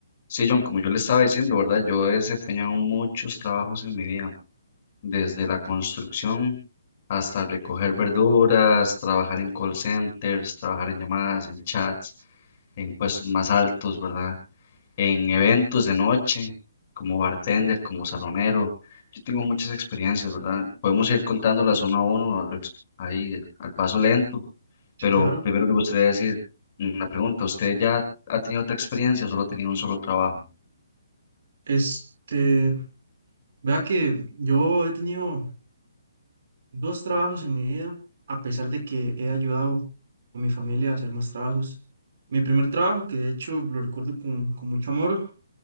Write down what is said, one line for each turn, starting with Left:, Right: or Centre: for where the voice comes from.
Left: Sí, John, como yo le estaba diciendo, ¿verdad? Yo he desempeñado muchos trabajos en mi vida, desde la construcción hasta recoger verduras, trabajar en call centers, trabajar en llamadas, en chats, en puestos más altos, ¿verdad? En eventos de noche, como bartender, como salonero. Yo tengo muchas experiencias, ¿verdad? Podemos ir contándolas uno a uno, al- ahí al paso lento,
Right: Sí,
Left: pero
Right: claro.
Left: primero me gustaría decir una pregunta. ¿Usted ya ha tenido otra experiencia o solo ha tenido un solo trabajo?
Right: Este, vea que yo he tenido dos trabajos en mi vida, a pesar de que he ayudado a mi familia a hacer más trabajos. Mi primer trabajo, que de hecho lo recuerdo con, con mucho amor,